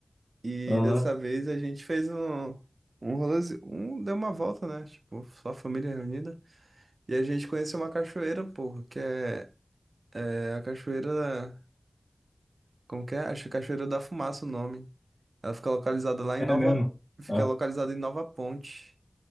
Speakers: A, on the right (about 85°); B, on the left (about 35°).
A: E
B: Aham.
A: dessa vez a gente fez um, um rolê, um, deu uma volta, né? Tipo, só a família reunida. E a gente conheceu uma cachoeira, porra, que é, é a cachoeira, como que é? Acho que é Cachoeira da Fumaça o nome. Ela fica localizada lá
B: É
A: em Nova,
B: mesmo.
A: fica
B: Ah,
A: localizada em Nova Ponte,